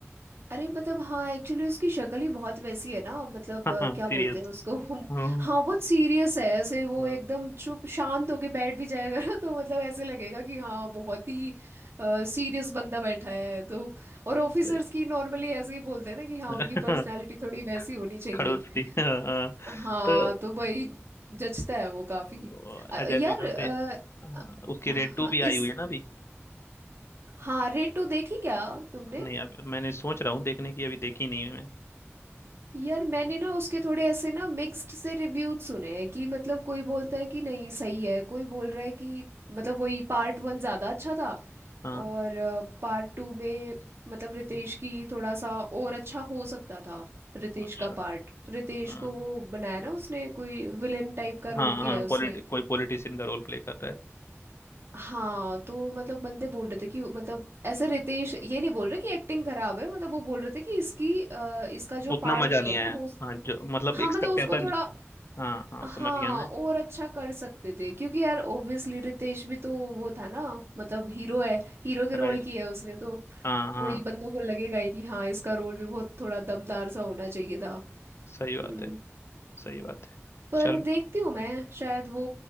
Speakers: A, on the right; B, on the left.
A: अरे मतलब हाँ एक्चुअली उसकी शक्ल ही बहुत वैसी है ना मतलब
B: <laughs> हाँ
A: अ, क्या
B: सीरियस
A: बोलते हैं उसको <laughs> हम
B: हम्म
A: हाँ बहुत सीरियस है ऐसे वो
B: हम्म,
A: एकदम चुप शांत होके बैठ भी जाएगा ना तो मतलब ऐसे लगेगा कि हाँ बहुत ही सीरियस बंदा बैठा है तो और ऑफिसर्स
B: सही।
A: की नॉर्मली ऐसे ही बोलते हैं ना कि हाँ
B: <laughs>
A: उनकी पर्सनैलिटी थोड़ी वैसी होनी चाहिए
B: खड़ूस थी हाँ हाँ।
A: हाँ
B: तो
A: तो वही जचता है वो काफी
B: वो
A: अ,
B: अजय
A: यार
B: देवगन
A: अ,
B: से हाँ, उसकी
A: अ,
B: रेड
A: हाँ
B: टू भी
A: इस
B: आई हुई है ना अभी
A: हाँ रेड टू देखी क्या तुमने
B: नहीं अब मैंने सोच रहा हूँ देखने की अभी देखी नहीं है मैं
A: यार मैंने ना उसके थोड़े ऐसे ना मिक्स्ड से रिव्यूज सुने हैं कि मतलब कोई बोलता है कि नहीं सही है कोई बोल रहा है कि मतलब वही पार्ट वन ज़्यादा अच्छा था
B: हाँ
A: और पार्ट टू में मतलब रितेश
B: ये-
A: की थोड़ा सा और अच्छा हो सकता था रितेश
B: अच्छा
A: का पार्ट रितेश
B: हाँ
A: को वो बनाया ना उसने कोई विलेन टाइप का
B: हाँ
A: रोल किया
B: हाँ
A: है उसने
B: पॉलिटि कोई पॉलिटिशियन का रोल प्ले कर रहा है
A: हाँ तो मतलब बंदे बोल रहे थे कि मतलब ऐसे रितेश ये नहीं बोल रहे कि एक्टिंग खराब है मतलब वो बोल रहे थे कि इसकी अ, इसका जो
B: उतना
A: पार्ट
B: मजा
A: दिया
B: नहीं
A: है
B: आया
A: ना हो
B: हाँ जो मतलब
A: हाँ
B: एक्सपेक्टेशन
A: मतलब उसको थोड़ा
B: हाँ हाँ
A: हाँ
B: समझ गया मैं
A: और अच्छा कर सकते थे क्योंकि यार ऑब्वियसली रितेश भी तो वो था ना मतलब हीरो है हीरो के
B: राइट
A: रोल की है उसने तो
B: हाँ हाँ
A: वही बंदों को लगेगा ही कि हाँ इसका रोल भी बहुत थोड़ा दमदार सा होना चाहिए था
B: सही बात
A: हम्म
B: है सही बात है
A: पर
B: चल
A: देखती हूँ मैं शायद वो